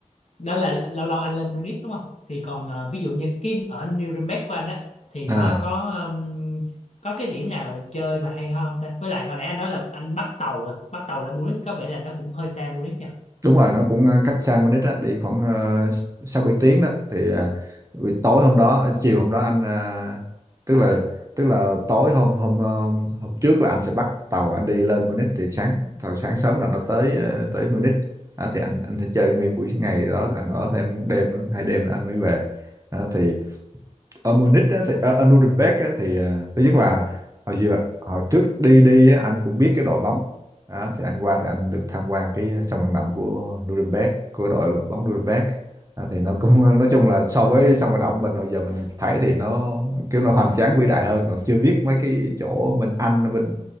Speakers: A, on the left; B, on the right.
A: đó là lâu lâu anh lên Munich đúng không thì còn ờ, ví dụ như cái ở Nuremberg của anh á thì nó
B: à
A: có ừm, có cái điểm nào chơi mà hay ho không ta với lại hồi nãy anh nói là anh bắt tàu á bắt tàu lên Munich có vẻ là nó cũng hơi xa Munich nha
B: đúng rồi nó cũng ờ, cách xa Munich á đi khoảng uh, 6 7 tiếng đó thì ờ, buổi tối hôm đó ờ, chiều hôm đó anh ờ, tức là tức là tối hôm hôm ờ, hôm trước là anh sẽ bắt tàu anh đi lên Munich thì sáng tàu sáng sớm là nó tới ờ, tới Munich Đó, thì anh anh sẽ chơi nguyên buổi ngày đó anh ở thêm một đêm nữa hai đêm nữa anh mới về Đó, thì ở Munich á, thì ở, ở Nuremberg á, thì ờ, thứ nhất là hồi vừa hồi trước đi đi á, anh cũng biết cái đội bóng Đó, thì anh qua thì anh được tham quan cái sân vận động của Nuremberg của đội bóng Nuremberg Đó, thì nó cũng <laughs> nói chung là so với sân vận động mình hồi giờ mình thấy thì nó kiểu nó hoành tráng vĩ đại hơn còn chưa biết mấy cái chỗ bên Anh bên